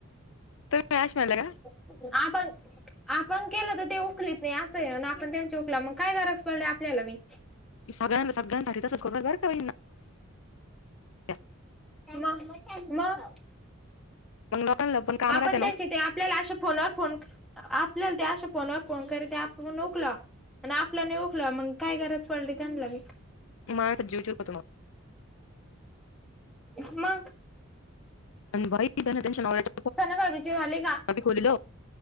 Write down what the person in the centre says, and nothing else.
<inaudible> आपण केलं तर ते उखलीत नाही असं आपण त्यांच्या उखला मग काय गरज पडली आपल्याला मी
म.
आपण
त्यांची. ते आपल्याला अशा फोनवर फोन आपल्याला ते अशा फोनवर फोन करी ते आप नोकला. आणि आपलं नाही ओखलं मग काय गरास पडली त्यांना मी.
म.
सना भाभी चे झाले का?